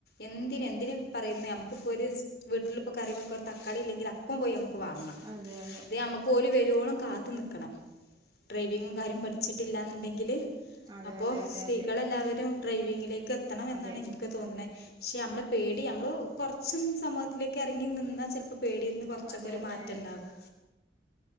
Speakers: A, on the left; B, on the right.
A: എന്തിന് എന്തിനും പറയുന്ന നമുക്കിപ്പോ ഒരു വീട്ടിലിപ്പോ കറി വെക്ക ഒരു തക്കാളി ഇല്ലെങ്കില ഇപ്പം പോയി നമുക്ക് വങ്ങാം
B: അതെ അതെ
A: ഇതേ നമ ക്കോല് വരോളം കാത്ത് നിക്കണം ഡ്രൈവിംഗും കാര്യം പഠിച്ചിട്ടില്ലാന്ന്ണ്ടെങ്കിൽ
B: അതെ
A: അപ്പോ
B: അതെ
A: സ്ത്രീകള
B: അതെ
A: എല്ലാവരും ഡ്രൈവിങ്ങിലേക്ക് എത്തണം എന്നാണ്
B: അതെ അതെ
A: ഇൻക്ക് തോന്ന്ണേ. പക്ഷെ നമ്മളെ പേടി നമ്മള് കൊർച്ചും സമ തിലേക്ക് എറങ്ങി നിന്നാ ചെൽപ്പം പേടീന്ന് കൊർച്ചൊക്കെ
B: അതെ
A: ഒരു
B: അതെ
A: മാറ്റണ്ടാവും.
B: അതെ